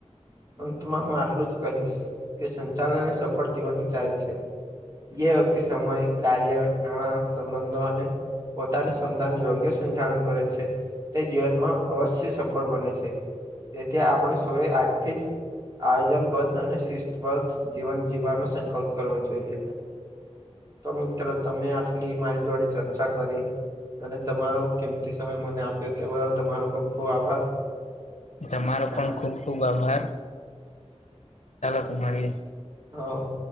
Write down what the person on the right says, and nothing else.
અંતમાં હું આટલું જ કહીશ કે સંચાલનને સફળ જીવાનની ચાય છે જે વ્યક્તિ સમય કાર્ય નાણાં સંબંધો અને પોતાની ક્ષમતા યોગ્ય સંચાલન કરે છે. તે જીવનમાં અવશ્ય સફળ બને છે તેથી આપણે સોએ આજથી જ આયોજનબદ્ધ અને શિસ્તબદ્ધ જીવન જીવવાનો સંકલ્પ કરવો જોઈએ. તો મિત્રો તમે આટલી મારી જોડે ચર્ચા કરી અને તમારો કિમતી સમય મને આપ્યો તે બદલ તમારો ખૂબ ખુબ આભાર.
તમારે
હવ.